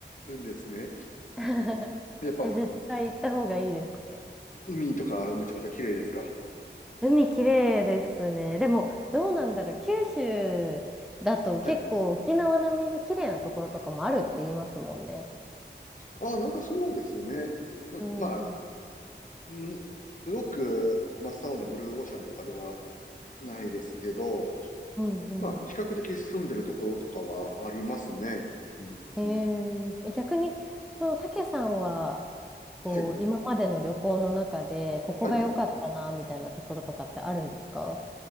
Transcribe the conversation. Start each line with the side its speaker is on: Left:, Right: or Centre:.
Left: るんですね。うん、
Centre: <laughs>
Left: やっぱ、
Centre: え、絶対行った方がいいですね。
Left: 海とかめちゃくちゃ綺麗ですか。
Centre: 海綺麗ですね。でも、どうなんだろう。九州だと結構沖縄並みに綺麗なところとかもあるって言いますもんね。
Left: はい。ああ、なんかそうですね。うん、
Centre: うん。
Left: まあ、
Centre: うん
Left: うんすごく真っ青なブルーオーシャンとかではないですけど、
Centre: うん。
Left: まあ、比較的住んでるところとかはありますね。うん、
Centre: うんえー、逆に、その、たけさんは、こう、
Left: はい。
Centre: 今までの旅行の中で、ここが良かったな、
Left: はい。
Centre: みたいなところとかってあるんですか